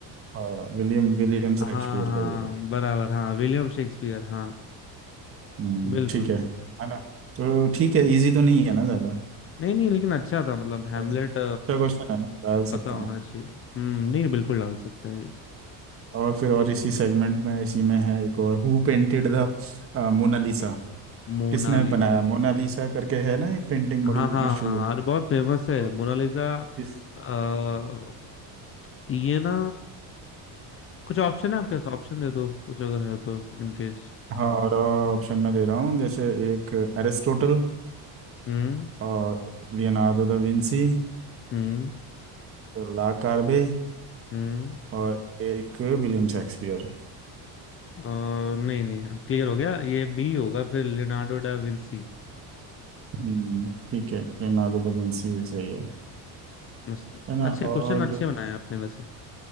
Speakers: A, on the right (about 30°); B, on the left (about 30°).
A: हाँ विलियम विलियम
B: हाँ
A: शेक्सपियर
B: हाँ
A: का ही है
B: बराबर हाँ विलियम शेक्सपियर हाँ
A: हम्म,
B: बिल्कुल
A: ठीक है है ना तो ठीक है इजी तो नहीं है ना ज़्यादा
B: नहीं नहीं लेकिन अच्छा था मतलब हैमलेट
A: और अच्छा क्वेश्चन है ना डाल
B: पता
A: सकते
B: होना
A: हैं ना
B: चाहिए हम्म नहीं बिल्कुल डाल सकते हैं
A: और फिर और इसी सेगमेंट में इसी में है एक और हु पेंटेड द मोनालिसा
B: मोनालिजा
A: किसने बनाया मोनालिसा करके है ना एक पेंटिंग बड़ी
B: हाँ हाँ
A: मशहूर
B: हाँ
A: है
B: अरे बहुत फेमस
A: तो
B: है मोनालिजा
A: किस
B: अ, ये ना कुछ ऑप्शन है आपके पास ऑप्शन दे दो कुछ अगर है तो इनकेस
A: हाँ और ऑप्शन में दे रहा हूँ जैसे एक एरिस्टोटल
B: हम्म
A: और लियोनार्डो दा विंसी
B: हम्म
A: ला कार्बे
B: हम्म
A: और एक विलियम शेक्सपियर
B: अ, नहीं नहीं क्लियर हो गया ये बी होगा फिर लियोनार्डो डा विंसी
A: हम्म, ठीक है लियोनार्डो दा विंसी भी सही है
B: मस्त
A: है ना
B: अच्छे
A: और
B: क्वेश्चन अच्छे बनाए आपने वैसे